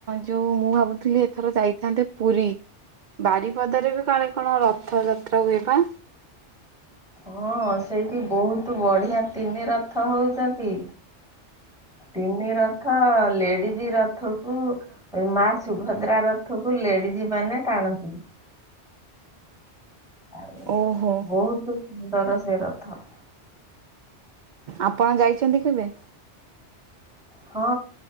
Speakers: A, on the right (about 50°); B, in the centre.
A: ଯୋଉ ମୁଁ ଭାବୁଥିଲି ଏଥର ଯାଇଥାନ୍ତେ ପୁରୀ। ବାରିପଦାରେ ବି କାଳେ କଣ ରଥଯାତ୍ରା ହୁଏ ବା?
B: ହଁ ସେଇଠି ବହୁତ ବଢିଆ ତିନି ରଥ ହଉଛନ୍ତି। ତିନି ରଥ ଲେଡିଜ ରଥକୁ ଏ ମା ସୁଭଦ୍ରା ରଥକୁ ଲେଡିଜ୍ ମାନେ ଟାଣନ୍ତି। ଆଉ
A: ଓହୋ
B: ବହୁତ ସୁନ୍ଦର ସେ ରଥ।
A: ଆପଣ ଯାଇଛନ୍ତି କେବେ?
B: ହଁ